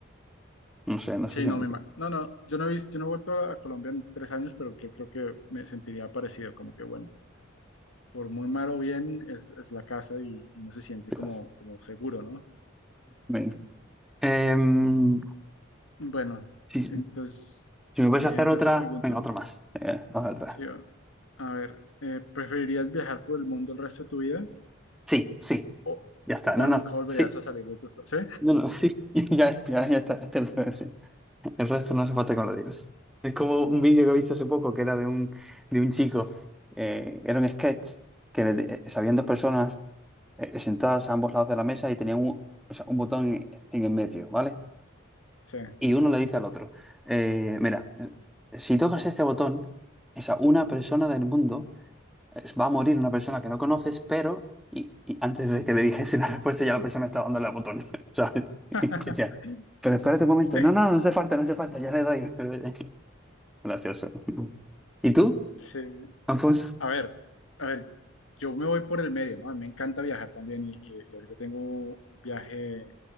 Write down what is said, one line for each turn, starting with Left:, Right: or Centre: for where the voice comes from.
Centre: No sé, no
Left: Sí,
Centre: sé si
Left: no,
Centre: me
Left: me ima- no, no, yo no he visto, yo no he vuelto a, a Colombia en tres años, pero yo creo que me sentiría parecido, como que bueno, por muy mal o bien es, es la casa y, y uno se siente
Centre: entiendes.
Left: como, como seguro, ¿no?
Centre: Bien. Em,
Left: Bueno,
Centre: si,
Left: entonces
Centre: si me puedes
Left: eh,
Centre: hacer otra,
Left: yo te pregunto,
Centre: venga, otra más. Eh, hazme otra.
Left: sí, a a ver, eh, ¿preferirías viajar por el mundo el resto de tu vida?
Centre: Sí, sí,
Left: O,
Centre: ya está.
Left: o
Centre: No, no,
Left: nunca volverías
Centre: sí.
Left: a salir de tu estado. ¿Sí?
Centre: No, no, sí. <laughs> Ya, ya, ya está. Este lo tengo, sí. El resto no hace falta que me lo digas. Es como un vídeo que he visto hace poco que era de un, de un chico. eh, era un sketch que le- eh, habían dos personas eh, sentadas a ambos lados de la mesa y tenían un, o sea, un botón en el medio, ¿vale?
Left: Sí.
Centre: Y uno le dice al otro, eh, mira, eh, si tocas este botón, esa una persona del mundo es- va a morir, una persona que no conoces, pero... Y, y antes de que le dijese la <laughs> respuesta, ya la persona estaba dándole al botón, <laughs> ¿sabes?
Left: <laughs>
Centre: Y decía, pero espérate un momento.
Left: Sí.
Centre: No, no, no hace falta, no hace falta, ya le doy. <laughs> Gracioso. ¿Y tú,
Left: Sí.
Centre: Alfonso?
Left: A ver, a ver, yo me voy por el medio, ¿no? A mí me encanta viajar también y, y- y ahorita tengo un viaje